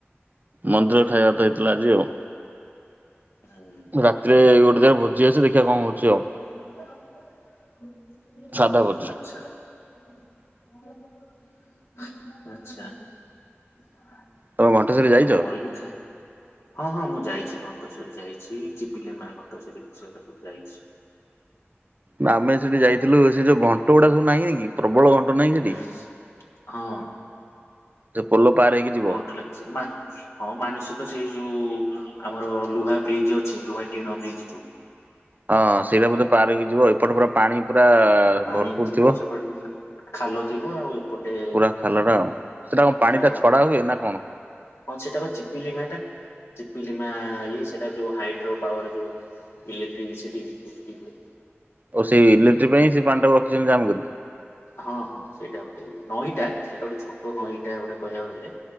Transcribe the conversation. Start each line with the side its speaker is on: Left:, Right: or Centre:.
Right: ମନ୍ଦିର ଖାଇବା ତ ହେଇଥିଲା ଆଜି ଆଉ
Left: ହୁଁ
Right: ରାତିରେ ଗୋଟେ ତରେ ଭୋଜି ଅଛି ଦେଖିବା କଣ ହଉଛି ଆଉ
Left: ଆଚ୍ଛା ଆଚଛା ଆଉ
Right: ସାଧା
Left: ମୋର
Right: ଭୋଜି।
Left: ବି ଖାଏ ହଁ ହଁ ମୁଁ ଯାଇଛି ଘଣ୍ଟଶ୍ୱରୀ
Right: ତମେ ଘଣ୍ଟେଶ୍ୱରୀ ଯାଇଛ?
Left: ଯାଇଛି ଚିପିଲି ମା ଘଣ୍ଟେଶ୍ଵରୀ ସେ ସବୁ ଯାଇଛି
Right: ନା ଆମେ ସେଠି ଯାଇଥିଲୁ ସେ ଯଉ ଘଣ୍ଟ ଗୁଡା ସବୁ ନାହିଁ କି ପ୍ରବଳ ଘଣ୍ଟ ନାହିଁ ସେଠି
Left: ହୁଁ ହଁ
Right: ସେ ପୋଲୋ ପାର ହେଇକି ଯିବ
Left: ଲାଗ ହଁ ମାନସିକ ସେଇ ଯୋଉ ଆମର ଲୁହା ବ୍ରିଜ୍ ଅଛି ଲୁହା ଟିଣ ବ୍ରିଜ ରୁ
Right: ହଁ ସେଇଟ ପାରିକି ଯିବ ଏପଟ ପୁରା ପାଣି ପୁରା
Left: ପାଣି
Right: ଭରପୁର ଥିବ
Left: ସେପଟେ ଖାଲ ଥିବ ଆଉ ଏପଟେ
Right: ପୁରା ଖାଲ ଟା ଆଉ ସେଟା
Left: ଖାଲଟା
Right: କଣ ପାଣି ଟା ଛଡା
Left: ଏପଟେ
Right: ହୁଏ
Left: ପାଣି
Right: ନା କଣ
Left: ହଁ ସେଇଟା କଛିି ପିଲିମା ଟା ଚପମାଇ ସେଇଟା ଯୋଉ ହାଇଡ୍ରୋ ପାୱାର ଯୋଉ ଇଲେକ୍ଟ୍ରିସିଟି ସୃଷ୍ଟି ହୁଏ
Right: ଆଉ ସେଇ ଇଲେକ୍ଟ୍ରିକ୍ ପାଇଁ ସେ ପାଣି ଟା ରଖିଛନ୍ତି ଦାମ କରିକି
Left: ହଁ ହଁ ସେଇଟା ଗୋଟେ ଇ ନଈଟା ସେଇଟା ଗୋଟେ ଛୋଟ ନଈଟା ଗୋଟେ କହିବାକୁ ଗଲେ